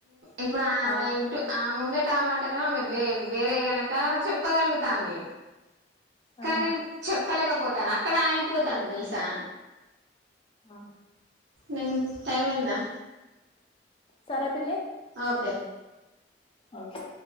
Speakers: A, on the right (about 85°); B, on the left (about 30°).
A: ఇప్పుడు ఆమె
B: అవును
A: ఇంటి ఆమె ముంద టామంటేనే <unintelligible> వేరే గనక చెప్పగలుగుతాంది కానీ
B: ఆహా
A: చెప్ చెప్పలేకపోతాను అక్కడ ఆగిపోతాను తెలుసా
B: ఆ
A: నేను టైమ్ అయిందా
B: సరే పిన్ని
A: ఓకే
B: ఓకే